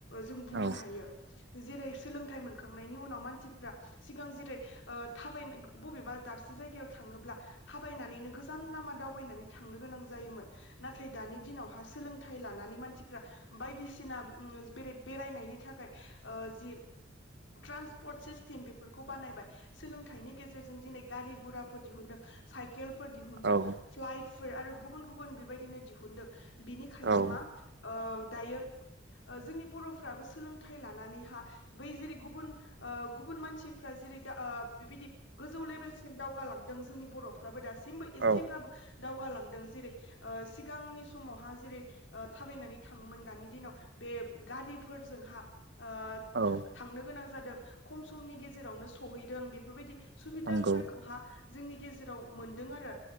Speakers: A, on the left; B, on the right.
A: जों बुंनो
B: औ
A: हायो जेरै सोलोंथाइ मोनखां मोनखांनायनि उनाव मानसिफोरा सिगां जेरै ओ थाबायना बबेबा दाबसे जायगायाव थाङोब्ला थाबायनानैनो गोजो गोजान लामा दावबायनानै थांनो गोनां जायोमोन नाथाय दानि दिनावहा सोलोंथाइ फाय लानानै मानसिफ्रा बायदिसिना उ बे बेरायनायनि थाखाय अ जि ट्रान्सपर्ट सिस्टेम बेफोरखौ बानायबाय सोलोंथाइनि गेजेरजों दिनै गारि गोराफोर दिहुनदों साइकेलफोर दिहुनदों दिहुनदों
B: औ
A: फ्लाइटफोर आरो गुबुन गुबुन बेबायदिनो दिहुनदों। बिनिखायनो
B: औ
A: मा ओ दायो ओ जोंनि बर'फ्राबो सोलोंथाइ लानानैहा बै जेरै गुबुन ओ गुबुन मानसिफ्रा जेरै दा अ बिबायदि गोजौ लेभेलसिम दावगाालां जोंनि बर'फ्राबो दासिम एसेब्लाबो
B: औ
A: दावगालांदों जेरै अ ‍‍‍सिगांनि समावहा जेरै अ थाबायनानै थाङोमोन दानि दिनाव बे गारिफोरजोंहा ओ
B: औ
A: थां थांनो गोनां जादों खम समनि गेजेरावनो सहैदों बेफोरबायदि सुबिदाफोरखौहा
B: नंगौ
A: जोंनि गेजेराव मोनदों आरो